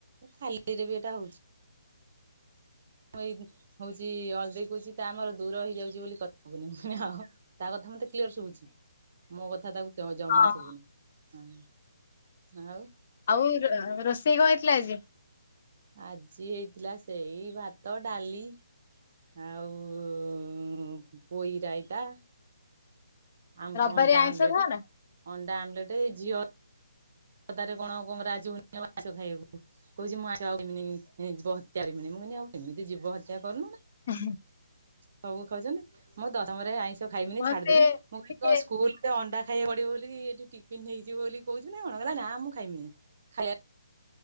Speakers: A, on the right; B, on the left.
A: ଖାଲି ରେ ବି ଏଇଟା ହଉଛି। <inaudible> ହଉଛି ଅଳଦେଇ କହୁଛି ତା ଆମର ଦୂର ହେଇଯାଉଛି ବୋଲି କଥାବୁନି ଆଉ। <inaudible> କ୍ଲିୟର ଶୁଭୁଛି ମୋ କଥା ତାକୁ ଜ ଜମା
B: ହଁ
A: ଶୁଭୁନି। ହଁ ଆଉ
B: ଆଉ ଏ ର ରୋଷେଇ କ ହେଇଥିଲା ଆଜି?
A: ଆଜି ହେଇଥିଲା ସେଇ ଭାତ ଡାଲି ଆଉ ପୋଇରାଇତା ଆ
B: ରବିବାରିଆ
A: ଅଣ୍ଡା
B: ଆଇଁଷ
A: ଆମ୍ଲେଟ
B: ଖାଅ ନା?
A: ଅଣ୍ଡା ଆମ୍ଲେଟ ଏ ଝିଅ ଦାରେ କଣ କଣ ରାଜୁ ହଉନି ମାଛ ଖାଇବାକୁ? କହୁଛି <inaudible> ହତ୍ୟାରମି ମୁଁ କି ଆଉ କେମିତି ଜିବ ହତ୍ୟା କରୁନୁ
B: <inaudible>
A: ସବୁ ଖାଉଛନ୍ତି ମୁଁ ଦଶମରେ ଆଇଁଷ ଖାଇବିନି
B: ମତେ
A: ଛାଡିଦବି ମୁଁ
B: ଟିକେ
A: କ କ ସ୍କୁଲ ଏ ଅଣ୍ଡା ଖାଇବା ପଡିବ ବୋଲି ଏଠି ଟିଫିିନ ହେଇଛିିବ ବୋଲି କହୁଛିି ନା କଣ କଲା ନା ମୁଁ ଖାଇମିନି। ଖାଇଲାନି